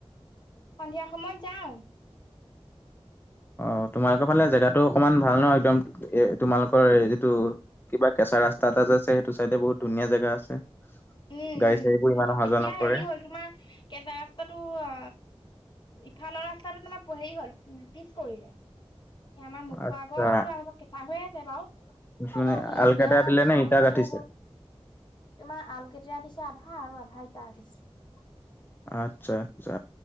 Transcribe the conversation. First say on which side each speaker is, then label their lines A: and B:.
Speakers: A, on the left; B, on the left.
A: সন্ধিয়া সময়ত যাওঁ।
B: অ', তোমালোকৰ ফালে জেগাটো অকমান ভাল ন', একদম এ তোমালোকৰ যিটো কিবা কেচ ৰাস্তা এটাযে আছে, সেইটো চাইডে বহুত ধুনীয়া জেগা আছে।
A: উম
B: গাড়ী
A: উম,
B: চাড়ীবোৰ
A: ধুনীয়া।
B: ইমান অহা
A: এতিয়া
B: যোৱা নকৰে
A: হেৰি হ'ল তোমাৰ কেঁচা ৰাস্তাটো অ ইফালৰ ৰাস্তাটো তোমাৰ হেৰি হ'ল, পিছ পৰিলে। এই আমাৰ মুখৰ
B: আচ্ছা
A: আগৰটো আৰু কেঁচা হৈ আছে বাৰু। হলেওঁ
B: মানে
A: এই
B: আলকাটা
A: বেয়া
B: দিলে নে
A: খালবোৰ
B: ইটা গাঠিছে
A: তোমাৰ আলকেতেৰা দিছে আধা আৰু আধা ইটা দিছে।
B: আচ্ছা আচ্ছা,